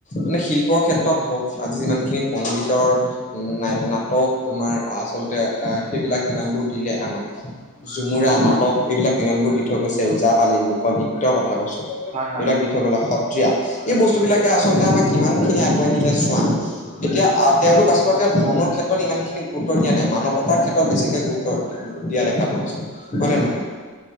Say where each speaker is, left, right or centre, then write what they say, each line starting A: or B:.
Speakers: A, on the left; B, on the right.
A: মানে শিল্পৰ, ক্ষেত্ৰত হওক আজি যিমানখিনি সংগীতৰ ন-নাটক তোমাৰ আচলতে সেইবিলাক যিমানবোৰ দিলে আমাক জুমুৰা, নাটক, এইবিলাক যিমানবোৰ দি থৈ গৈছে ওজাপালি, লোকনৃত ত্য কথা কৈছো,
B: হয় হয়
A: এইবিলাক
B: অ
A: দি থৈ গ'লে। সত্ৰীয়া, এই বস্তু বিলাকে আচলতে আমাক কিমান খিনি আগুৱাই নিলে চোৱা, এতিয়া তেওঁলোক আচলতে ধৰ্ম ক্ষেত্ৰত ইমান খিনি গুৰুত্ব দিয়া নাই, মানৱতাৰ ক্ষেত্ৰত বেছিকে গুৰুত্ব দিয়া দেখা পোৱা গৈছিলে, হয় নে নহয়?